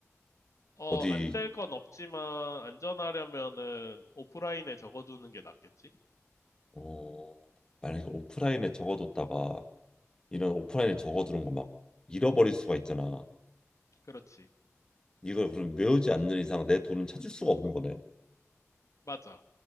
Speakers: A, on the left; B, on the left.
A: 어,
B: 어디
A: 안 될 건 없지만 안전하려면은 오프라인에 적어두는 게 낫겠지?
B: 어 만약에 오프라인에 적어뒀다가 이런 오프라인에 적어두는 거 막 잃어버릴 수가 있잖아.
A: 그렇지.
B: 이걸 그럼 외우지 않는 이상 내 돈은 찾을 수가 없는 거네.
A: 맞아.